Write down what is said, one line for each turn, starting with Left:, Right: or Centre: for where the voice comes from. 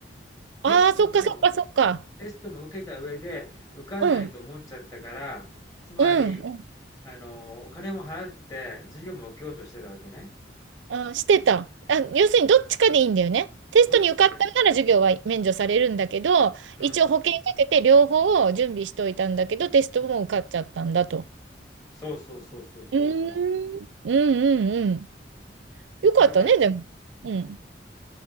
Left: テストも、
Right: ああ、そっかそっかそっか。
Left: テストも受けた上で受かんないと思っちゃったから、
Right: うん、
Left: つまり、
Right: うん、うん、
Left: あの、お金も払って授業も受けようとしてたわけね。
Right: あ、してた。あ、要するにどっちかでいいんだよね。テストに受かったら授業は免除されるんだけど、
Left: そうどっちが、うん。
Right: 一応保険かけて両方を準備しといたんだけど、テストも受かっちゃったんだと。
Left: そうそうそうそうそうそ
Right: うーん、うんうんうん。よかったね、
Left: う。だから、だか
Right: でも。うん。